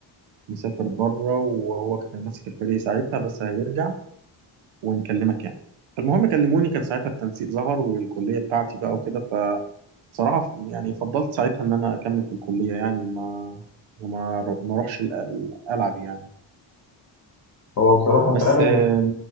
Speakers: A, on the right; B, on the left.
A: مسافر بره وهو كان ماسك الفريق ساعتها بس هيرجع ونكلمك يعني فالمهم كلموني كان ساعتها التنسيق ظهر والكلية بتاعتي بقى وكده صراحة ف- يعني فضلت ساعتها إن أنا أكمل في الكلية يعني وما وما ر- ما أروحش ال- ال- ألعب يعني
B: هو بصراحة
A: بس
B: فعلا
A: آم،